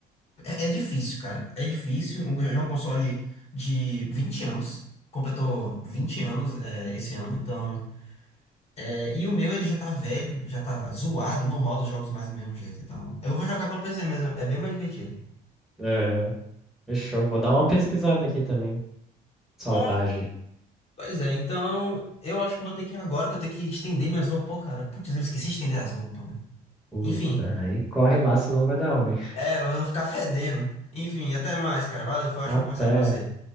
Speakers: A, on the left; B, in the centre.
A: É, é difícil, cara. É difícil. Um, já é um console de 20 anos. Completou 20 anos é, esse ano, então. é, e o meu ele já tá velho, já tá zoado, não roda os jogos mais do mesmo jeito. Então, eu vou jogar pelo PC mesmo, é bem mais divertido.
B: Aham. Fechou. Vou dar uma pesquisada aqui também. Saudade.
A: Bom, pois é, então eu acho que eu vou ter que ir agora que eu tenho que estender minhas roupas. Pô, cara, putz, eu esqueci de estender as roupas, mano.
B: Puta,
A: Enfim,
B: aí corre lá, senão vai dar ruim.
A: É, elas vão ficar fedendo. Enfim, até mais, cara. Valeu, foi ótimo
B: Até.
A: conversar com você.